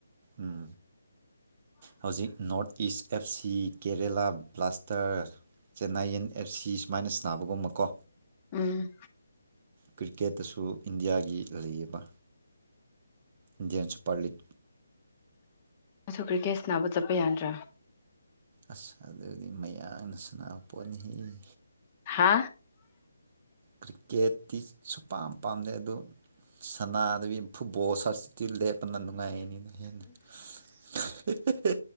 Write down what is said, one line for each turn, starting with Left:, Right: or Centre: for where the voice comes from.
Right: ꯑꯝ ꯍꯧꯖꯤꯛ north east F C Kerala plaster Chennaiyin F C ꯁꯨꯃꯥꯏꯅ ꯁꯕꯒꯨꯝꯕꯀꯣ
Left: ꯎꯝ
Right: ꯀ꯭ꯔꯤꯀꯦꯠꯇꯁꯨ ꯏꯟꯗꯤꯌꯥꯒꯤ ꯂꯩꯌꯦꯕ ꯏꯟꯗꯤꯌꯥꯟ ꯁꯨꯄ꯭ꯔꯂꯤꯛ
Left: ꯅꯪꯁꯨ ꯀ꯭ꯔꯤꯀꯦꯠ ꯁꯅꯥꯕ ꯆꯠꯄ ꯌꯥꯗ꯭ꯔꯥ
Right: ꯑꯁ ꯑꯗꯨꯗꯤ ꯃꯌꯥꯡꯅ ꯁꯅꯥ ꯄꯣꯠꯅꯦꯍꯦ
Left: ꯍꯥ
Right: ꯀ꯭ꯔꯤꯀꯦꯠ ꯇꯤ ꯄꯥꯝ ꯄꯥꯝꯅꯩ ꯑꯗꯨ ꯁꯅꯥꯗꯕꯤ ꯐꯨꯠꯕꯣꯜ ꯁꯥꯞꯁꯇꯤꯇꯨꯠ ꯂꯦꯞ ꯄꯅ ꯅꯨꯡꯉꯥꯏꯅꯤꯅꯦ ꯍꯦꯟꯅ ꯍꯦꯍꯦꯍꯦ